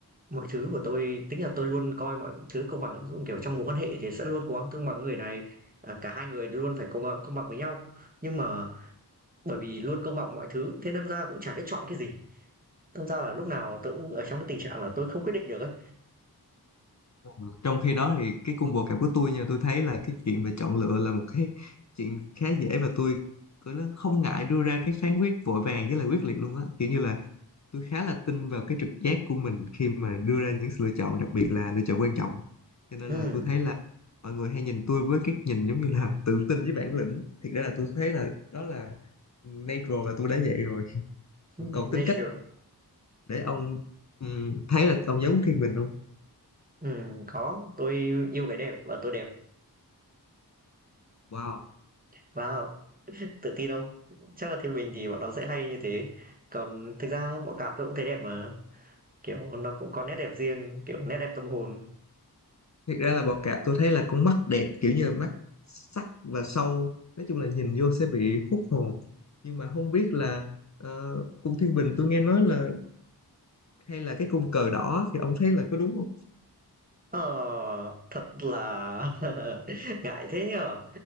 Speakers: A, on the right; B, on the left.
A: mọi thứ của tôi tính là tôi luôn coi mọi thứ công bằng ấy. Ví dụ, kiểu, trong mối quan hệ thì sẽ luôn cố gắng tương bằng người này, à, cả hai người luôn phải công công bằng với nhau. Nhưng mà bởi vì luôn công bằng mọi thứ thế đâm ra cũng chả biết chọn cái gì đâm ra là lúc nào tôi cũng ở trong cái tình trạng là tôi không quyết định được ấy
B: Ờ, trong khi đó thì cái cung combo cạp của tôi nha tôi thấy là cái chuyện về chọn lựa là một cái chuyện khá dễ và tôi cứ nó không ngại đưa ra cái phán quyết vội vàng với lại quyết liệt luôn á kiểu như là tôi khá là tin vào cái trực giác của mình khi mà đưa ra những sự lựa chọn đặc biệt là lựa chọn quan trọng cho nên
A: Ừm,
B: là tôi thấy là mọi người hay nhìn tôi với cái nhìn giống như là <laughs> tự tin với bản lĩnh thiệt ra là tôi thấy là đó là natural là tôi đã vậy rồi
A: ừm,
B: còn
A: nature
B: tính cách để ông ừm, thấy là ông giống Thiên Bình không
A: Ừm, <laughs> có tôi yêu cái đẹp và tôi đẹp
B: wow
A: wow tự tin đâu chắc là thiên bình thì bọn nó sẽ hay như thế còn thực ra bọn cạp tôi cũng thấy đẹp mà kiểu nó cũng có nét đẹp riêng kiểu nét đẹp tâm hồn
B: Thực ra là bọ cạp tôi thấy là con mắt đẹp kiểu như là mắt sắc và sâu nói chung là nhìn vô sẽ bị hút hồn nhưng mà không biết là ờ, cung Thiên Bình tôi nghe nói là hay là cái cung cờ đỏ thì ông thấy là có đúng không?
A: Ờ, thật là <laughs> ngại thế nhở?